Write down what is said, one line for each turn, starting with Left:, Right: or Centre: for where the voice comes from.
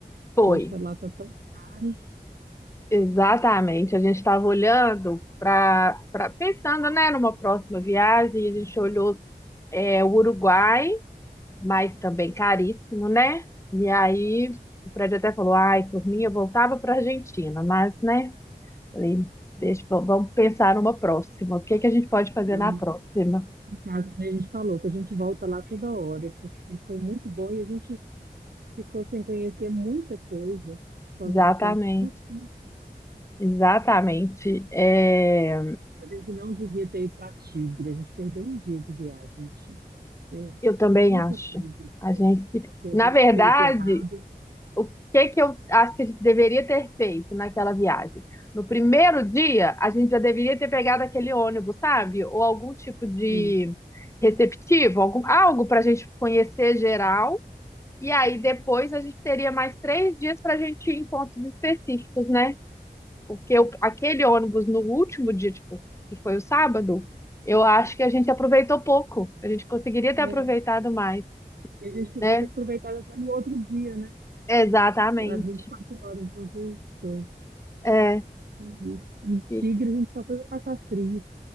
Left: foi.
Right: Porque hoje tá lá tá tão caro.
Left: Exatamente. A gente estava olhando para, para pensando, né, numa próxima viagem. e A gente olhou é, o Uruguai, mas também caríssimo, né? E aí o prédio até falou, ai, por mim eu voltava para Argentina, mas, né? Falei, deixa, v- vamos pensar numa próxima. O que que a gente pode fazer
Right: Lá
Left: na próxima?
Right: Em casa também a gente falou que a gente volta lá toda hora, porque foi muito bom e a gente ficou sem conhecer muita coisa por
Left: Exatamente.
Right: causa do tempo curtinho.
Left: Exatamente. É,
Right: A gente não devia ter ido para Tigre, a gente perdeu um dia de viagem, em Tigre. Eu,
Left: Eu também
Right: a única
Left: acho.
Right: coisa
Left: A gente,
Right: que a
Left: na
Right: gente
Left: verdade,
Right: fez de errado.
Left: o que que eu acho que a gente deveria ter feito naquela viagem? No primeiro dia, a gente já deveria ter pegado aquele ônibus, sabe? Ou algum tipo de
Right: né?
Left: receptivo, algum, algo para a gente conhecer geral. E aí depois a gente teria mais três dias para a gente ir em pontos específicos, né? Porque o- aquele ônibus no último dia, tipo, que foi o sábado, eu acho que a gente aproveitou pouco. A gente conseguiria ter
Right: É,
Left: aproveitado mais
Right: E a gente podia
Left: né?
Right: ter aproveitado até no outro dia, né?
Left: Exatamente.
Right: Às 24 horas, as duas coisas.
Left: É,
Right: E, e tigre,
Left: e-
Right: a gente só foi pra passar frio.